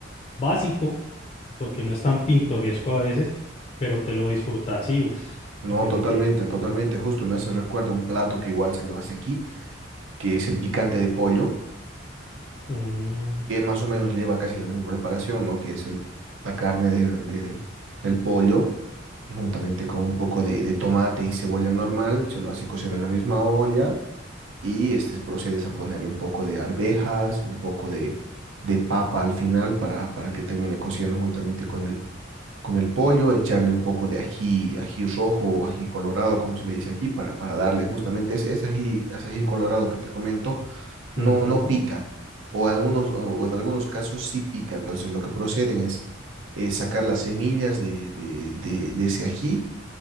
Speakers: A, on the left; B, on the right.
A: básico porque no es tan pintoresco a veces, pero te lo disfrutas y uff,
B: No,
A: definitivamente.
B: totalmente, totalmente.
A: Eso.
B: Justo me hace recuerdo un plato que igual se lo hace aquí, que es el picante de pollo,
A: Mm,
B: que más o menos lleva casi la misma preparación, ¿no? Que es el, la carne de, de- del pollo, y juntamente con un poco de, de tomate y cebolla normal, se lo hace cocer en la misma olla y este procedes a ponerle un poco de arvejas, un poco de, de papa al final para, para que termine cociendo juntamente con el, con el pollo, echarle un poco de ají, ají rojo o ají colorado, como se le dice aquí, para, para darle justamente ese, ese ají, ese ají colorado que te comento, no,
A: ujú,
B: no pica, o, algunos, o en algunos casos sí pica. Entonces lo que proceden es eh, sacar las semillas de, de, de, de ese ají,